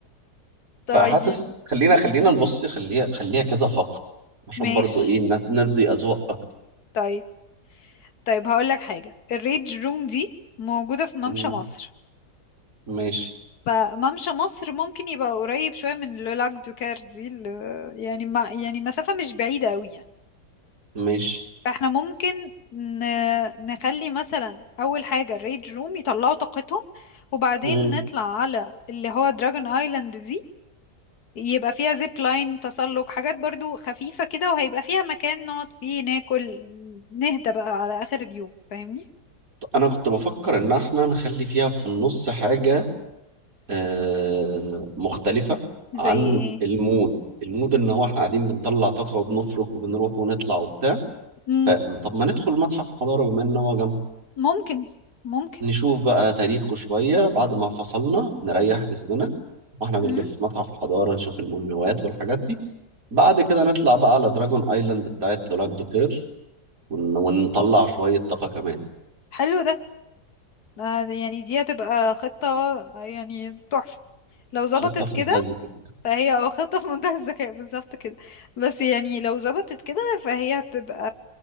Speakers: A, on the left; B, on the right.
A: طيب
B: فحاسس خلينا خلينا نبص خليها خليها كذا فقرة عشان
A: ماشي
B: برضو إيه الناس- نرضي أذواق أكتر
A: طيب طيب هقول لك حاجة الريج روم دي موجودة في ممشى
B: مم.
A: مصر
B: ماشي
A: فممشى مصر ممكن يبقى قريب شوية من لولاك دوكار دي اللي يعني ما يعني مسافة مش بعيدة قوي يعني
B: ماشي
A: فاحنا ممكن ن... نخلي مثلا أول حاجة الريد روم يطلعوا طاقتهم وبعدين
B: مم.
A: نطلع على اللي هو دراجون ايلاند دي يبقى فيها زيب لاين تسلق حاجات برضو خفيفة كده وهيبقى فيها مكان نقعد فيه ناكل نهدى بقى على آخر اليوم فاهمني
B: انا كنت بفكر ان احنا نخلي فيها في النص حاجة آه، مختلفة
A: زي
B: عن
A: ايه
B: المود المود ان هو احنا قاعدين بنطلع طاقة وبنفرك وبنروح ونطلع وبتاع
A: مم،
B: فطب ما ندخل متحف الحضارة بما ان هو جنب
A: ممكن ممكن
B: نشوف بقى تاريخه شوية بعد ما فصلنا نريح جسمنا واحنا بنلف
A: مم،
B: متحف الحضارة نشوف المومياوات والحاجات دي بعد كده نطلع بقى على دراجون ايلاند بتاعت لولاك دوكير ون- ونطلع شوية طاقة كمان
A: حلو ده ده يعني دي هتبقى خطة يعني تحفة لو ظبطت
B: خطة في
A: كده
B: منتهى الذكاء
A: فهي اه خطة في منتهى الذكاء بالظبط كده بس يعني لو ظبطت كده فهي هتبقى